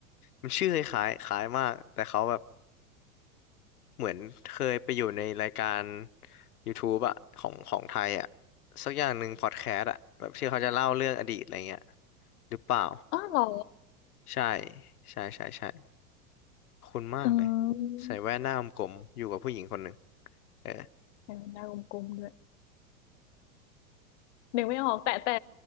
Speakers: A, on the left (about 90°); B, on the left (about 55°).
A: มันชื่อคล้ายๆคล้ายมาก แต่เขาแบบ เหมือนเคยไปอยู่ในรายการ YouTube อะของของไทยอะสักอย่างหนึ่งพอดแคสต์อะแบบที่เขาจะเล่าเรื่องอดีตอะไรเงี้ยหรือเปล่า
B: อ้าวเหรอ
A: ใช่ใช่ใช่ใช่คุ้นมากเลย
B: อืม
A: ใส่แว่นหน้ากลมๆอยู่กับผู้หญิงคนหนึ่งเออ
B: เห็นหน้ากลมๆด้วยนึกไม่ออกแต่แต่